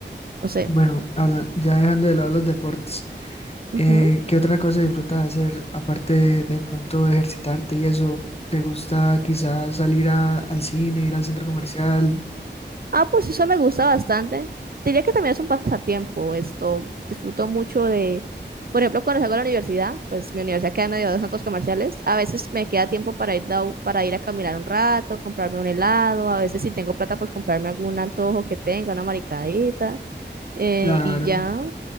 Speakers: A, on the right (about 55°); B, on the left (about 35°).
A: no sé.
B: Bueno, habla- ya dejando de lado los deportes,
A: Ujú.
B: eh, ¿qué otra cosa disfrutas hacer aparte de, de pronto de ejercitarte y eso? ¿Te gusta quizás salir a- al cine, ir al centro comercial?
A: Ah, pues eso me gusta bastante. Diría que también es un pasatiempo esto. Disfruto mucho de, por ejemplo, cuando salgo a la universidad, pues mi universidad queda en medio de centros comerciales. A veces me queda tiempo para ir, da- para ir a caminar un rato, comprarme un helado. A veces si tengo plata, pues comprarme algún antojo que tenga, una maricadita. eh,
B: Claro,
A: y ya.